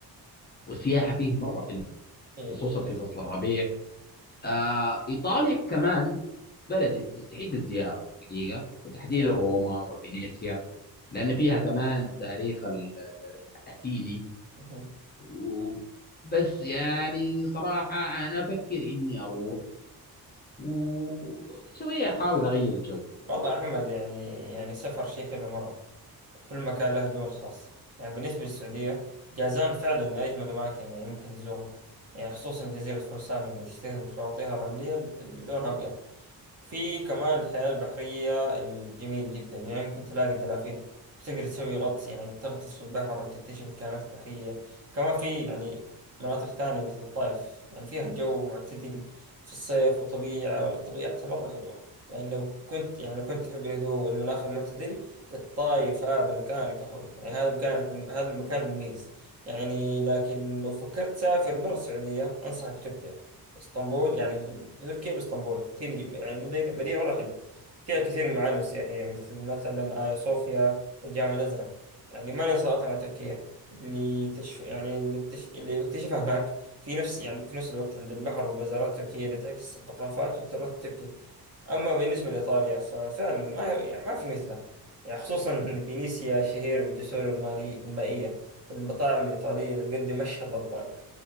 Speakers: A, on the left (about 25°); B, on the right (about 40°).
A: والسياحة فيها مرة حلوة
B: اي
A: خصوصا في
B: صح.
A: فصل الربيع آه إيطاليا كمان بلد تستحق الزيارة حقيقة وتحديدا
B: اوكي
A: روما وفينيسيا لأن فيها كمان تاريخ ال- ال- الأثيني
B: اها
A: و- بس يعني صراحة أنا أفكر إني أروح وشوية أحاول أغير الجو
B: والله يا محمد يعني يعني السفر شيء حلو مرة كل مكان له جو الخاص يعني بالنسبة للسعودية جازان فعلا من أجمل الأماكن اللي ممكن تزورها يعني خصوصا جزيرة فرسان اللي تشتهر بشواطئها الرملية اللي لونها أبيض في كمان الحياة البحرية الجميل جدا يعني ممكن تلاقي دلافين تقدر تسوي غطس يعني تغطس في البحر وتكتشف الكائنات البحرية كمان في يعني مناطق ثانية مثل الطائف يعني فيها جو معتدل في الصيف وطبيعة طبيعتها مرة حلوة يعني لو كنت يعني لو كنت تحب الهدوء والمناخ المعتدل الطائف هذا مكانك يا أخوي يعني هذا مكانك هذا المكان مميز يعني لكن لو فكرت تسافر برا السعودية أنصحك بتركيا اسطنبول يعني في تركيا باسطنبول كتير يعني مدينة مدينة مرة حلوة فيها كثير من المعالم السياحية مثل مثلا آيا صوفيا والجامع الأزرق يعني ما ننسى أطعمة تركيا اللي تشف يعني اللي, تش... اللي بكتشفها هناك في نفس يعني في نفس الوقت عند البحر والبازارات التركية اللي تعكس الثقافات والتراث التركي أما بالنسبة لإيطاليا ففعلا ما يعني ما في مثله يعني خصوصا <laughs> فينيسيا شهيرة بالجسور المالي... المائية المطاعم الإيطالية اللي تقدم أشهى الأطباق